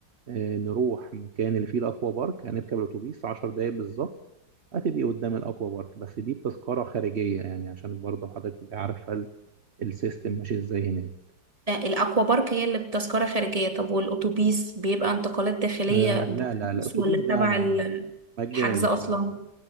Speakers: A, on the right; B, on the right.
A: آه، نروح مكان اللي فيه الأكوا بارك هنركب الأتوبيس عشر دقايق بالظبط هتبقي قدام الأكوا بارك بس دي بتذكرة خارجية يعني عشان برضه حضرتك تبقي عارفة ال- السيستم ماشي ازاي هناك
B: ده الأكوا بارك هي اللي بتذكرة خارجية طب والأتوبيس بيبقى انتقالات داخلية
A: آه
B: بفلوس
A: لا لا لا الأتوبيس
B: ولا
A: ده
B: تبع
A: ما-
B: ال-
A: ده مجاني
B: الحجز أصلا
A: تبع